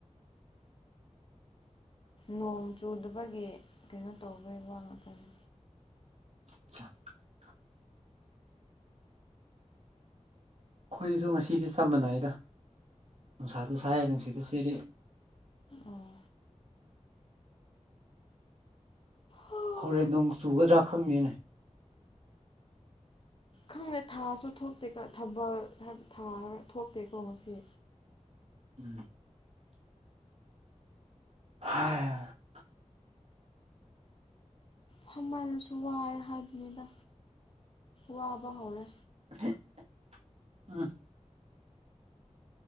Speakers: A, on the left; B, on the right.
A: ꯅꯣꯡ ꯆꯨꯗꯕꯒꯤ ꯀꯩꯅꯣ ꯇꯧꯕꯩ ꯋꯥ ꯉꯥꯛꯇꯅꯤ
B: <inaudible> ꯑꯩꯈꯣꯏꯁꯨ ꯉꯁꯤꯗꯤ ꯆꯝ ꯃꯥꯟꯅꯩꯗ ꯅꯨꯡꯁꯥꯁꯨ ꯁꯥꯏ ꯅꯨꯡꯁꯤꯠꯁꯨ ꯁꯤꯠꯂꯤ
A: ꯑꯣ ꯑꯣ
B: ꯍꯧꯔꯦꯟ ꯅꯣꯡ ꯆꯨꯒꯗ꯭ꯔꯥ ꯈꯪꯗꯦꯅꯦ
A: ꯈꯪꯗꯦ ꯊꯥꯁꯨ ꯊꯣꯛꯇꯦ ꯊꯕꯜ ꯍꯥꯏꯕꯔꯥ ꯊꯥ ꯍꯥꯏꯕ ꯊꯣꯛꯇꯦꯀꯣ ꯉꯁꯤ
B: ꯎꯝ <unintelligible>
A: ꯐꯃꯜꯂꯁꯨ ꯋꯥꯑꯦ ꯍꯥꯏꯕꯅꯤꯗ ꯋꯥꯕ ꯍꯧꯔꯦ
B: <inaudible>